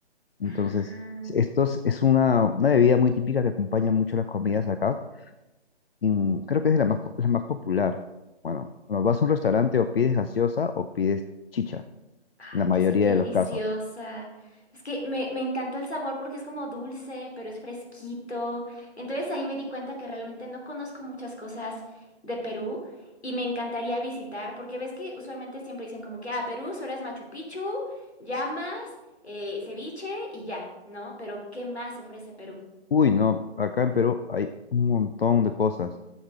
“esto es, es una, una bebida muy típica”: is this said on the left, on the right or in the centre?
Left